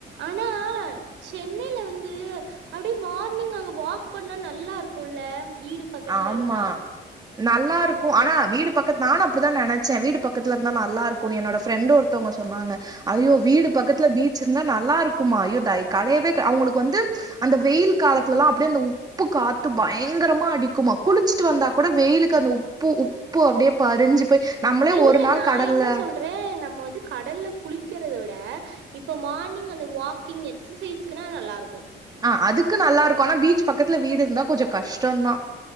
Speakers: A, on the right (about 80°); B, on the right (about 20°).
A: ஆனா சென்னனைில வந்து அ அப்படி மார்னிங் அங்க வாக் பண்ணா நல்லா இருக்கும்ல வீடு பக்கத்துல
B: ஆமா
A: இருந்தா.
B: நல்லா
A: ம்.
B: இருக்கும் ஆனா வீடு பக்கத்து நானும் அப்படித்தான் நினைச்சேன் வீடு பக்கத்துல இருந்தா நல்லா இருக்கும்னு என்னோட ஃப்ரண்ட் ஒருத்தவங்க சொன்னாங்க ஐயோ வீடு
A: ம்.
B: பக்கத்துல பீச் இருந்தா நல்லா இருக்குமா கலையவே அவங்களுக்கு வந்து அந்த வெயில் காலத்துலல்லாம் அப்படிய அந்த உப்பு காத்து பயங்கரமா அடிக்கும் குமா குளிச்சுட்டு வந்தா கூட வெயிலுக்கு அந்த உப்பு உப்பு அப்படியே பறிஞ்சு போய் நம்மளே
A: அ் இல்ல
B: ஒரு நாள்
A: நான்
B: கடல்ல
A: என்ன சொல்றேன் நம்ம கடல்ல குளிக்கிறதை விட இப்ப மார்னிங் அந்த வாக்கிங் எக்சசைஸ்குனா நல்லா இருக்கும்
B: ஆஹ் அதுக்கு நல்லா இருக்கும் ஆனா பீச் பக்கத்துல வீடு இருந்தா கொஞ்சம் கஷ்டம்தான்